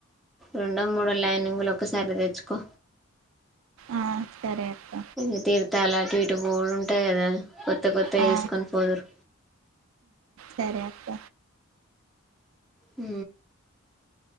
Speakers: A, in the centre; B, on the right.
A: రెండు మూడు లైనింగ్లు ఒకసారి తెచ్చుకో.
B: ఆ సరే అక్క
A: ఇ తీర్తాల. ఇటు పోవడు ఉంటదో. కొత్త కొత్తయ్
B: ఆ
A: వేసుకొని పోదురు.
B: సరే అక్క
A: అ